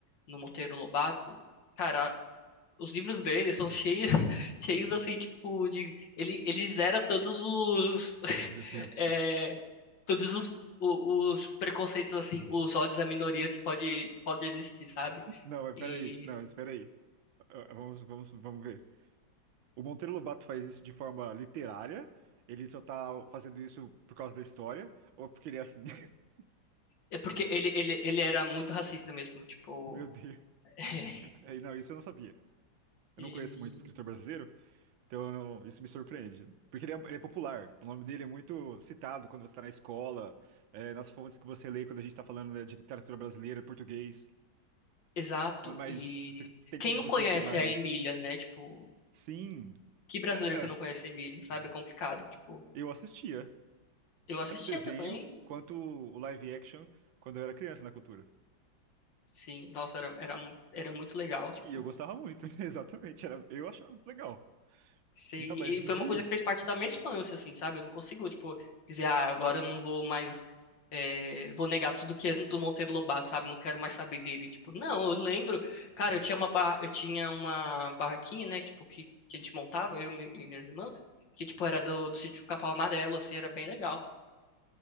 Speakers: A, on the left (about 65°); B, on the right (about 80°).
A: no Monteiro Lobato, cara, os livros dele são cheios, <laughs> cheios assim, tipo, de. Ele, ele zera todos os. <laughs>
B: Meu Deus.
A: é,
B: <laughs>
A: todos os, o- os preconceitos, assim, os ódios à minoria que pode, que pode existir, sabe?
B: Não, mas
A: E.
B: peraí. Não, espera aí. Ah, ah, Vamos, vamos, vamos ver. O Monteiro Lobato faz isso de forma literária. Ele só tá fazendo isso por causa da história, ou porque ele é assim. <laughs>
A: É porque ele, ele, ele era muito racista mesmo, tipo.
B: Meu Deus.
A: <laughs>
B: É, Não, isso eu não sabia. Eu
A: E,
B: não conheço muito escritor brasileiro, Então, eu não- isso me surpreende. Porque ele é, ele é popular. O nome dele é muito citado quando você está na escola, é, nas fontes que você lê quando a gente está falando, né, de literatura brasileira, português.
A: exato.
B: Mas
A: E
B: você- tem
A: quem
B: como
A: não
B: você
A: conhece
B: ser mais.
A: a Emília, né? Tipo,
B: Sim.
A: que
B: Da-
A: brasileiro
B: é,
A: que não conhece a Emília, sabe? É complicado. Tipo,
B: eu assistia.
A: eu assistia
B: Tanto o desenho
A: também.
B: quanto o live action quando eu era criança na cultura.
A: Sim, nossa, era, era, mu- era muito legal, tipo,
B: E eu gostava muito, <laughs> exatamente. Era, eu achava legal.
A: sei,
B: Não, mas me
A: e foi
B: diz.
A: uma coisa que fez parte da minha infância, assim, sabe? Eu não consigo, tipo, dizer, ah, agora eu não vou mais, é, vou negar tudo que é do Monteiro Lobato, sabe? Não quero mais saber dele, tipo, não, eu lembro, cara, eu tinha uma, barra, eu tinha uma barraquinha, né, tipo, que, que a gente montava, eu e mi- e minhas irmãs, que, tipo, era do, do sítio Capão Amarelo, assim, era bem legal.